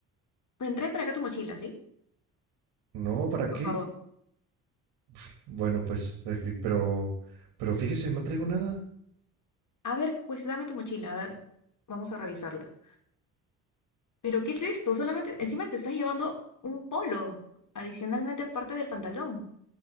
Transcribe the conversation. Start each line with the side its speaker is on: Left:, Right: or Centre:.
Left: Ven, trae para acá tu mochila, ¿sí?
Right: No, ¿para
Left: Por
Right: qué?
Left: favor.
Right: Uf, Bueno, pues, eh, pero, pero fíjese, no traigo nada.
Left: A ver, pues dame tu mochila, a ver, vamos a revisarla. Pero, ¿qué es esto? Solamente, encima te estás llevando un polo, adicionalmente aparte del pantalón.